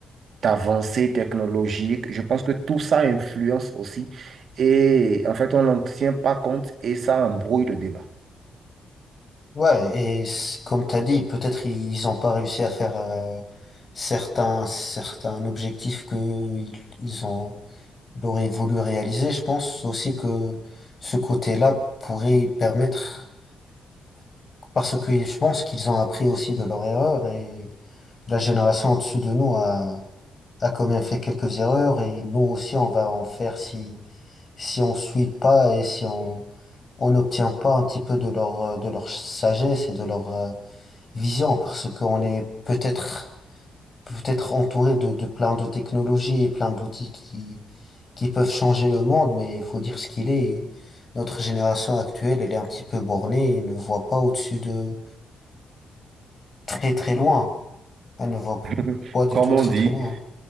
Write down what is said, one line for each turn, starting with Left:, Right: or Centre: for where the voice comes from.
Right: d'avancées technologiques. Je pense que tout ça influence aussi. Et en fait, on n'en tient pas compte et ça embrouille le débat.
Left: Ouais, et c- comme t'as dit, peut-être ils n'ont pas réussi à faire euh, certains, certains objectifs que ils, ils ont, ils auraient voulu réaliser. Je pense aussi que ce côté-là pourrait permettre, parce que je pense qu'ils ont appris aussi de leurs erreurs. et la génération au-dessus de nous a, a quand même fait quelques erreurs et nous aussi on va en faire si si on suit pas et si on on n'obtient pas un petit peu de leur euh, de leur sagesse et de leur euh, vision parce qu'on est peut-être peut-être entouré de de plein de technologies et plein d'outils qui qui peuvent changer le monde mais il faut dire ce qu'il est et notre génération actuelle elle est un petit peu bornée et ne voit pas au-dessus de très très loin elle ne voit
Right: <laughs>
Left: pas du
Right: Comme
Left: tout très
Right: on dit,
Left: très loin